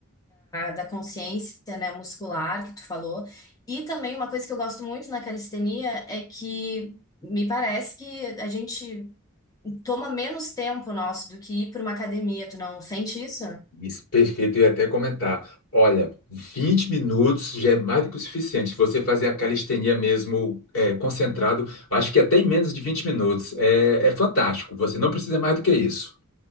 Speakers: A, on the left; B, on the left.
A: da consciência, né, muscular que tu falou. E também uma coisa que eu gosto muito na calistenia é que me parece que a gente toma menos tempo nosso do que ir para uma academia. Tu não sente isso?
B: Isso, perfeito. Eu ia até comentar. Olha, 20 minutos já é mais do que o suficiente. Se Você fazer a calistenia mesmo é, concentrado, acho que até em menos de 20 minutos. É, é fantástico. Você não precisa mais do que isso.